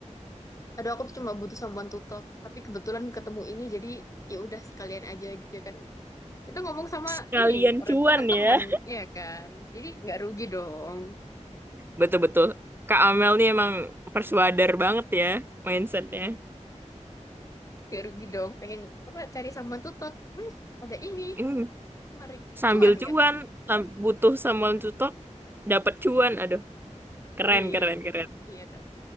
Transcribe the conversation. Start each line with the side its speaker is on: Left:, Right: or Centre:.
Left: aduh aku tuh cuma butuh someone to talk, tapi kebetulan ketemu ini jadi ya udah sekalian aja gitu ya kan. Kita ngomong sama
Right: Sekalian
Left: ini orang
Right: cuan
Left: teman-teman
Right: ya.
Left: ya kan. Jadi nggak rugi dong.
Right: Betul-betul. Kak Amel
Left: Hmm,
Right: nih emang persuader banget ya mindsetnya.
Left: Nggak rugi dong. Pengen apa cari someone to talk. Hmm, ada ini.
Right: Hmm,
Left: Mari.
Right: sambil
Left: Cuan
Right: cuan,
Left: kan?
Right: sam- butuh someone to talk, dapat cuan. Aduh, keren,
Left: Iya,
Right: keren, keren.
Left: iya kan.